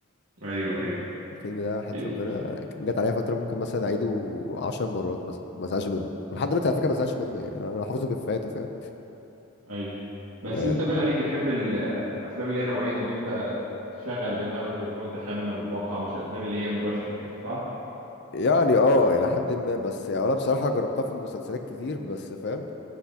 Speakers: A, on the right; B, on the left.
A: ايوه ايوه
B: الفيلم ده وحياة
A: إيه ت-
B: ربنا جت عليا فتره ممكن مثلا اعيده 10 مرات مثلا ما ازهقش منه ولحد
A: اه
B: دلوقتي على فكره ما ازهقش منه يعني انا أنا حافظه بافيهاته فاهم
A: ايوه بس
B: يعني
A: انت باين عليك بتحب الافلام اللي هي نوعيه ان انت تشغل دماغك وتحاول تخمن وتوقع مش الافلام اللي هي مباشره كده صح
B: يعني اه الى حد ما بس يعني انا بصراحه جربتها في مسلسلات كتير بس فاهم